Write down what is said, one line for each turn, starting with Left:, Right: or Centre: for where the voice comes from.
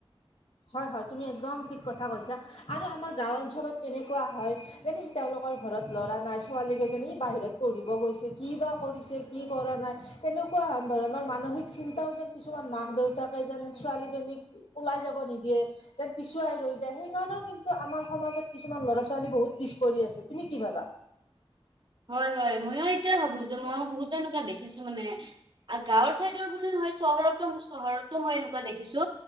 Left: হয় হয় তুমি একদম ঠিক কথা কৈছা আৰু আমাৰ গাঁও অঞ্চলত এনেকুৱা হয়, যেনে তেওঁলোকৰ ঘৰত ল'ৰা নাই ছোৱালীকেইজনী বাহিৰত পঢ়িব গৈছে কি বা কৰিছে কি কৰা নাই, তেনেকুৱা ধৰণৰ মানসিক চিন্তাও যেন, কিছুমান মাক দেউতাকে যেন ছোৱালীজনীক, ওলাই যাব নিদিয়ে। যেন পিছুৱাই ৰৈ যায়, সেইকাৰণেও কিন্তু আমাৰ সমাজত কিছুমান ল'ৰা ছোৱালী বহুত পিছ পৰি আছে। তুমি কি ভাবা?
Right: হয় হয়। ময়ো এইটোৱেই ভাবো যে, মই বহুত এনেকুৱা দেখিছো মানে, আ গাঁৱৰ চাইদৰ, বুলি নহয়, চহৰতো চহৰতো মই এনেকুৱা দেখিছো,